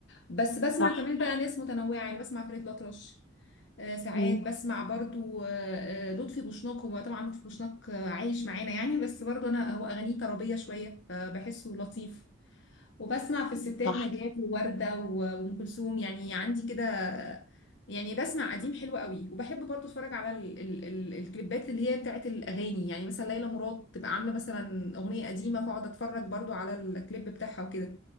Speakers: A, on the left; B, on the left.
A: بس بسمع
B: صح
A: كمان بقى ناس متنوعه يعني بسمع فريد الأطرش آه، ساعات
B: مم.
A: بسمع برضو آه، آه، لطفي بوشناق هو طبعا لطفي بوشناق آه، عايش معانا يعني بس برضو انا هو اغانيه طربيه شويه فبحسه لطيف وبسمع في الستات
B: صح
A: نجاة ووردة و- وأم كلثوم يعني عندي كده يعني بسمع قديم حلو قوي وبحب برضو اتفرج على ال ال ال الكليبات اللي هي بتاعت الأغاني يعني مثلا ليلى مراد تبقى عاملة مثلا أغنية قديمة فاقعد اتفرج برضو على الكليب بتاعها وكده